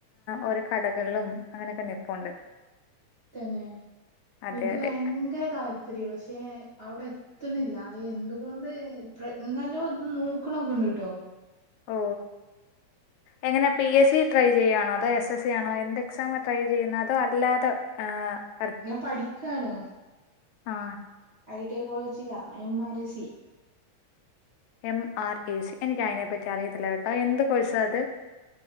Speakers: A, on the left; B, on the right.
A: ഓരോ കടകളിലും അങ്ങനെയൊക്കെ നിപ്പുണ്ട്
B: തന്നെ
A: അതെ
B: എനക്ക്
A: അതെ
B: ഭയങ്കര താല്പര്യം പക്ഷേ അവിടെ ത്തണില്ല എന്തുകൊണ്ട് എന്നാലോ ഇ നോക്കണൊക്കെണ്ട് കേട്ടോ
A: ഓ എങ്ങനെ പി എസ് സി ട്രൈ ചെയ്യണോ അതോ എസ് എസ് സി ആണോ എന്ത് എക്സാ ട്രൈ ചെയ്യുന്നത് അതോ അല്ലാതെ ഹ്
B: ഞാൻ പഠിക്കയാണ്
A: ആ
B: ഐ ടി കോളേജിലാ M R I C
A: M R A C എനിക്ക് അതിനെപ്പറ്റി അറിയത്തില്ല കേട്ടോ എന്ത് കോഴസ് അത്